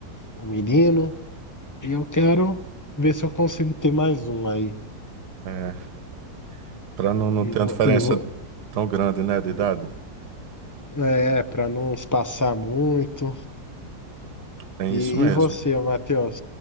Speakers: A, on the left (about 25°); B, on the right (about 80°).
A: um menino, e eu quero ver se eu consigo ter mais um aí.
B: É, para não, não ter
A: E
B: uma
A: vou,
B: diferença
A: e vou,
B: tão grande, né, de idade.
A: é, para não espaçar muito.
B: Tem
A: E,
B: isso mesmo.
A: e você, Matheus?